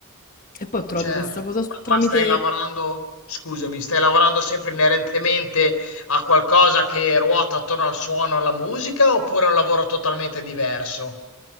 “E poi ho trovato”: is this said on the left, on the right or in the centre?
Left